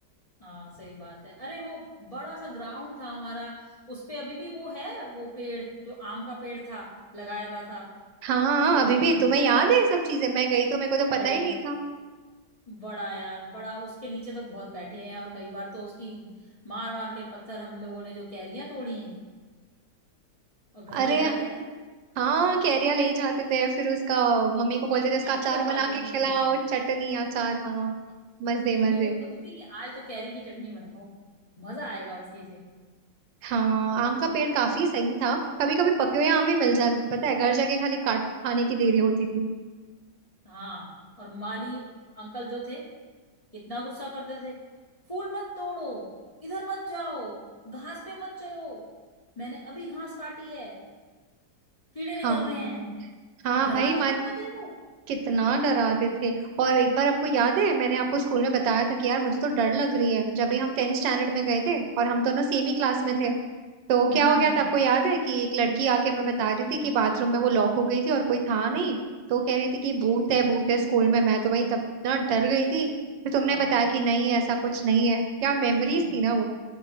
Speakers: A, on the left; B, on the right.
A: हाँ सही बात है अरे वो बड़ा सा ग्राउंड था हमारा उस पे अभी भी वो है वो पेड़ जो आम का पेड़ था लगाया हुआ था
B: हाँ
A: स्कूल
B: अभी
A: वालों
B: भी
A: ने
B: तुम्हें याद है ये सब चीजें मैं गई तो मेरे को तो
A: अरे
B: पता ही नहीं था
A: बड़ा यार बड़ा उसके नीचे तो बहुत बैठे हैं और कई बार तो उसकी मार मार के पत्थर हम लोगों ने जो कैरियां तोड़ी हैं और घर
B: अरे
A: ले जाते थे
B: हाँ कैरिया ले जाते थे फिर उसका मम्मी को बोलते थे इसका
A: चटनी
B: अचार
A: बनवाती
B: बना के
A: थी
B: खिलाओ
A: मैं तो हाँ,
B: चटनी अचार हाँ मजे मजे
A: मम्मी को बोलती थी कि आज तो कैरी की चटनी बनाओ मजा आएगा उसी से
B: हाँ आम का पेड़ काफी सही था कभी कभी पके हुए आम भी मिल जाते थे पता है घर जाके खाली काट के खाने की देरी होती थी
A: हाँ और माली अंकल जो थे कितना गुस्सा करते थे फूल मत तोड़ो इधर मत जाओ घास पे मत चलो मैंने अभी घास काटी है कीड़े निकल
B: हाँ
A: रहे हैं
B: हाँ
A: डराते
B: भाई माँ
A: कितना थे वो
B: कितना डराते थे और एक बार आपको याद है मैंने आपको स्कूल में बताया था कि यार मुझे तो डर लग रही है जब भी हम टेंथ स्टैंडर्ड में गए थे और हम दोनों सेम ही क्लास में थे तो
A: हम्म
B: क्या हो गया था आपको याद है कि एक लड़की आके हमें बता रही थी कि बाथरूम में वो लॉक हो गई थी और कोई था नहीं तो कह रही थी कि भूत है भूत है स्कूल में मैं तो भाई तब इतना डर गई थी फिर तुमने
A: हाँ
B: बताया कि नहीं ऐसा कुछ नहीं है क्या मेमोरीज
A: नहीं होता।
B: थी ना